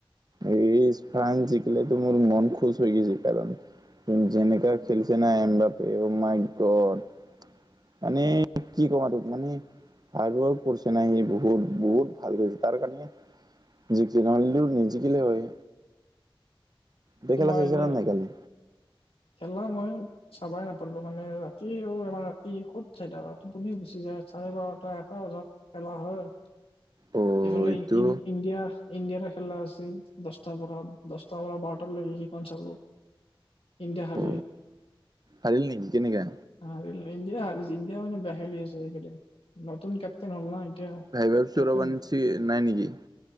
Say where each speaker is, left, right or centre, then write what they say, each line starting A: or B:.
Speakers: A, on the right; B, on the left.
A: এই ফ্ৰান্স জিকিলে তো মোৰ মন খুচ হৈ গেছি, কাৰণ যেনেকৈ খেলিছে না, এম বাপে, অ' মাই গড! মানে কি ক'ম আৰু, মানে হাৰ্ড ৱৰ্ক কৰিছে না সি, বহুত বহুত ভাল কৰিছে তাৰ কাৰণে। জিকিল নহয়, লু, নিজিকিলে হয়? গোটেই
B: তোমাৰ
A: খেল চাই
B: এনে
A: নে নাই কালি?
B: খেলা মই। চাবই নাপালোঁ, মানে ৰাতি আৰু আমাৰ কি ক'ত চাই? <inaudible> টোপনি গুচি যায়, চাৰে বাৰটা-এটা বজাত। খেলা হয় এইফালে,
A: অ এইটো
B: ই-ইণ্ডিয়া? ইণ্ডিয়াৰ খেলা আছিল, দচটাৰ পৰা দচটাৰ পৰা বাৰটালৈ। সেইখন চালোঁ। ইণ্ডিয়া হালিল।
A: অ হাৰিল নেকি কেনেকা?
B: হাৰিল ইণ্ডিয়া, আৰু ইণ্ডিয়া মানে বেয়া খেলি আছে এইকেইদিন। নতুন কেপ্টেইন হ'ল না এতিয়া,
A: ভাবিছো
B: কেপ্টেইন?
A: ৰবানঞ্চি নাই নেকি